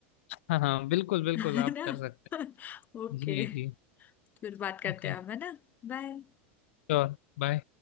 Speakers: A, on the left (about 70°); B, on the left (about 25°).
A: हाँ हाँ बिल्कुल बिल्कुल
B: है
A: आप
B: ना
A: कर सकते
B: <laughs> ओके
A: हैं जी जी
B: फिर बात करते
A: ओके
B: हैं हम है ना बाय
A: श्योर बाय